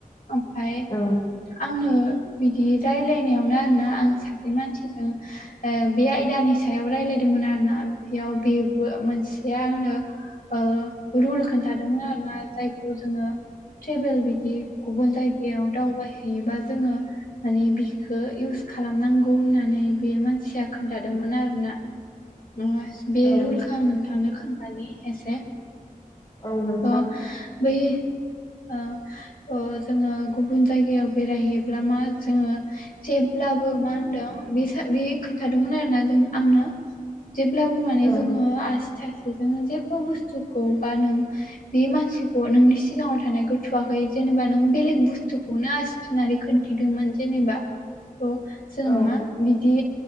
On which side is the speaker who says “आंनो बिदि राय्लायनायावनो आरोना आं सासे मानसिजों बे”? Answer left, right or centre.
Left